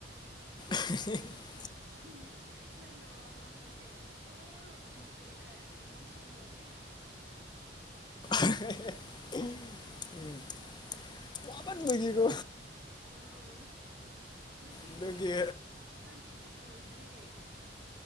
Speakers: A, on the left; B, on the right.
A: <unintelligible>
B: <unintelligible> ꯅꯪꯅ ꯋꯥ ꯉꯥꯡꯕꯁꯦ ꯐꯨꯜ ꯑꯣꯐ ꯢꯝꯄ꯭ꯔꯦ ꯏꯃꯣꯁꯟ ꯂꯧꯋꯦ
A: <unintelligible> ꯎꯝ
B: <inaudible>
A: ꯋꯥꯃꯟꯕꯒꯤꯀꯣ
B: ꯎꯝ ꯅꯈꯣꯏꯗꯤ
A: ꯑꯗꯨꯒꯤ
B: ꯄ꯭ꯂꯥꯟꯇꯦꯁꯟ ꯂꯣꯏꯗ꯭ꯔꯤ